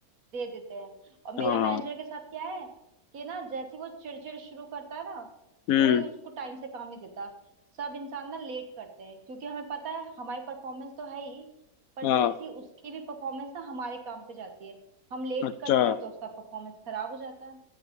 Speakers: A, on the right (about 70°); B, on the left (about 70°).
A: दे देते हैं और मेरा
B: हाँ
A: मैनेजर के साथ क्या है कि ना जैसे ही वो चिड़चिड़ शुरू करता है ना
B: हम्म
A: कोई उसको टाइम से काम नहीं देता सब इंसान ना लेट करते हैं क्योंकि हमें पता है हमारी परफॉर्मेंस तो है ही पर
B: हाँ
A: जैसी उसकी भी परफॉर्मेंस ना हमारे काम पे जाती है हम लेट
B: अच्छा
A: करते हैं तो उसका परफॉर्मेंस खराब हो जाता है